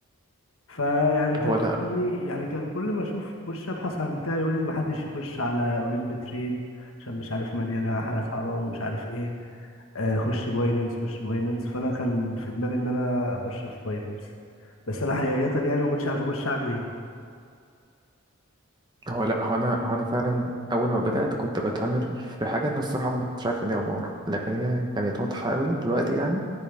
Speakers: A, on the left; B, on the right.
A: فيعني كان
B: هو لا
A: قدامي يعني كان كل ما اشوف اخش ابحث عن بتاعي يقول لي ما حدش يخش على اولمب تريد عشان مش عارف مليانه حاجات حرام ومش عارف ايه آه، خش باينانس خش باينانس فانا كان في دماغي ان انا اخش في باينانس بس انا حقيقه يعني ما كنتش عارف اخش اعمل ايه
B: هو لا هو أنا هو أنا فعلا أول ما بدأت كنت بتعامل في حاجة أنا الصراحة ما كنتش عارف إن هي عمارة لكن هي كانت واضحة أوي دلوقتي يعني